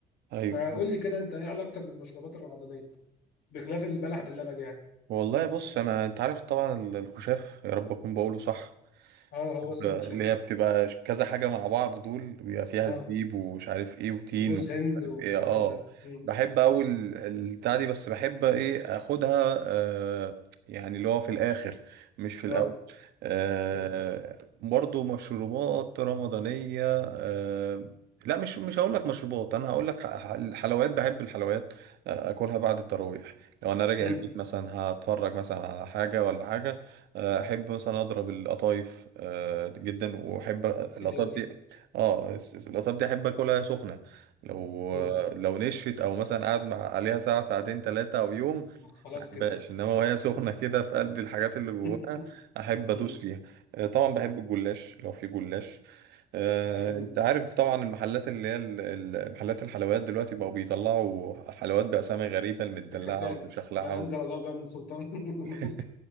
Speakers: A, on the right; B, on the left.
A: ايوه
B: فقول لي كده أنت إيه علاقتك بالمشروبات الرمضانية بخلاف البلح باللبن يعني
A: والله بص انا انت عارف طبعا الخشاف يا رب اكون بقوله صح
B: أه هو اسمه
A: اللي
B: كشاف
A: هي بتبقى كذا حاجة مع بعض دول بيبقى فيها
B: <laughs> أه
A: زبيب ومش عارف ايه وتين
B: وجوز
A: ومش
B: هند
A: عارف
B: والكلام
A: ايه اه
B: ده مم.
A: بحب اول البتاع دي بس بحب ايه اخدها آه يعني اللي هو في الاخر مش في الاول
B: أه
A: آه
B: أيوه
A: برضو مشروبات رمضانية آه لا مش مش هقول لك مشروبات انا هقول لك ح- ح- الحلويات بحب الحلويات آه، اكلها بعد التراويح لو انا راجع
B: مم.
A: البيت مثلا هتفرج مثلا على حاجة ولا حاجة احب مثلا اضرب القطايف آه، جدا واحب القطايف
B: سيدي يا سيدي
A: دي اه الس- الس- القطايف دي احب اكلها سخنه لو
B: مم.
A: لو نشفت او مثلا قاعد مع عليها ساعه ساعتين ثلاثه او يوم
B: خلاص
A: ما بحبهاش
B: كده
A: انما وهي سخنه كده في قلب الحاجات اللي جواها
B: <laughs>
A: احب ادوس
B: مم.
A: فيها آه، طبعا
B: مم.
A: بحب الجلاش لو في جلاش آه،
B: جامد
A: انت
B: ده.
A: عارف طبعا المحلات اللي هي ال- ال- محلات الحلويات دلوقتي بقوا بيطلعوا حلويات بأسامي غريبة المدلعة
B: افتكاسات
A: والمشخلعة
B: ما انزل
A: و...
B: الله بها من سلطان <laughs>
A: <laughs>